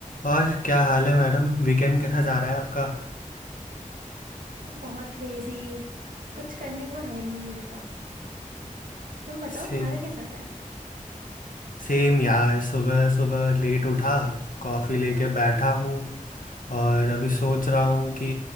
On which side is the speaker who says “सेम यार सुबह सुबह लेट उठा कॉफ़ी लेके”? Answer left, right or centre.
Left